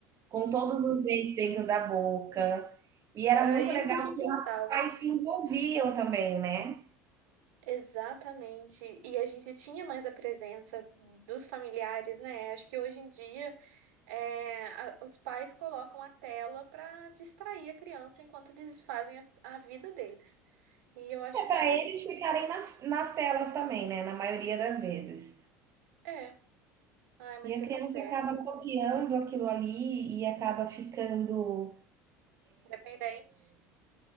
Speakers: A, on the right (about 40°); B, on the right (about 70°).
A: com todos os dentes dentro da boca. E era
B: era
A: muito
B: isso
A: legal
B: que
A: porque
B: importava.
A: nossos pais se envolviam também, né?
B: Exatamente. E a gente tinha mais a presença dos familiares, né? Acho que hoje em dia é, a- os pais colocam a tela para distrair a criança enquanto eles fazem as- a, vida deles. E eu acho
A: É para
B: meio.
A: eles ficarem nas, nas telas também, né? Na maioria das vezes.
B: É. Ai, mas
A: E
B: você
A: a
B: tá
A: criança
B: certa.
A: acaba copiando aquilo ali e acaba ficando.
B: Independente.